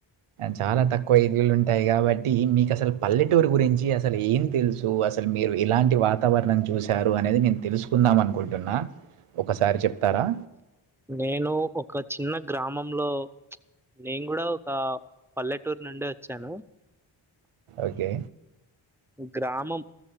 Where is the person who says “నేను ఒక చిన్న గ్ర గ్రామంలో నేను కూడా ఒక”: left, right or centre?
Centre